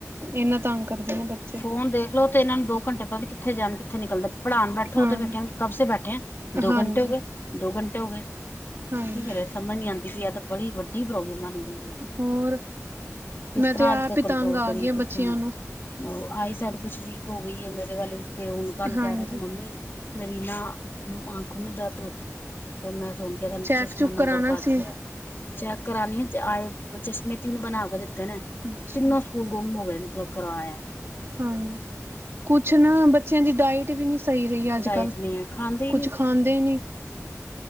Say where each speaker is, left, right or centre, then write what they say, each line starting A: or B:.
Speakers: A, on the right; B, on the left.
A: ਏਨਾ ਤੰਗ ਕਰਦੇ ਨੇ ਬੱ
B: ਫ਼ੋਨ ਦੇਖ ਲੋ ਤੇ ਇਨਾਂ ਨੂੰ ਦੋ ਘੰਟੇ ਪਤਾ ਨੀ ਕਿੱਥੇ ਜਾਨ, ਕਿੱਥੇ ਨਿਕਲਦੇ ਪੜ੍ਹਾਨ ਬੈਠੋ
A: ਹਾਂ
B: ਤੇ ਫ਼ਿਰ ਕੈਨਗੇ ਕਬਸੇ ਬੈਠੇ ਐਂ ਦੋ
A: ਹਾਂਜੀ
B: ਘੰਟੇ ਹੋ ਗਏ, ਦੋ ਘੰਟੇ ਹੋ ਗਏ ਕੀ
A: ਹਾਂਜੀ
B: ਕਰੈਸ ਸਮਝ ਨੀ ਆਂਦੀ ਪਈ ਐ ਤਾ ਬੜੀ ਵੱਡੀ ਪ੍ਰੋਬਲਮ ਬਨਗੀ
A: ਹੋਰ
B: ਕਿਸ
A: ਮੈਂ
B: ਤਰ੍ਹਾਂ
A: ਤੇ ਆਪ
B: ਅੱਜ
A: ਹੀ
B: ਕੰਟਰੋਲ
A: ਤੰਗ ਆ
B: ਕਰੀਏ
A: ਗਈ ਆ ਬੱਚਿਆਂ
B: <unintelligible>
A: ਨੂੰ
B: ਓ ਆਈ ਸਾਈਡ ਕੁਛ ਵੀਕ ਹੋ ਗਈ ਏ ਮੇਰੇ ਵਾਲੇ ਦੀ ਤੇ ਹੁਣ ਕੱਲ
A: ਹਾਂਜੀ
B: ਕੈ ਰਿਆ ਸੀ ਮੰਮੀ ਮੇਰੀ ਨਾ ਆਂਖੋ ਮੇ ਦਰਦ ਹੋਤੀ ਹੈ ਫੇਰ ਮੈ ਹੁਨ ਕੀ ਤੈਨੂੰ
A: ਚੈੱਕ
B: ਚਸ਼ਮਾ
A: ਚੁੱਕ
B: ਨੰਬਰ
A: ਕਰਾਣਾ
B: ਵੱਧ
A: ਸੀ
B: ਗਿਆ। ਚੈੱਕ ਕਰਾਨੀ ਆ ਚ ਆਏ ਚਸ਼ਮੇ ਤਿੰਨ ਬਣਾ ਕੇ ਦਿੱਤੇ ਨੇ
A: ਅੱਛਾ
B: ਤਿੰਨੋਂ ਕੂਲ ਗੁੰਮ ਹੋ ਗਏ ਨੇ ਕੋ ਕਰਵਾਇਐ
A: ਹਾਂਜੀ, ਕੁਛ ਨਾ ਬੱਚਿਆਂ ਦੀ ਡਾਇਟ ਸਈ ਵੀ ਏ ਅੱਜ
B: ਡਾਇਟ
A: ਕੱਲ੍ਹ
B: ਨਹੀਂ ਹੈ ਖਾਂਦੇ ਹੀ
A: ਕੁਛ
B: ਨਹੀਂ
A: ਖਾਂਦੇ ਨੀ।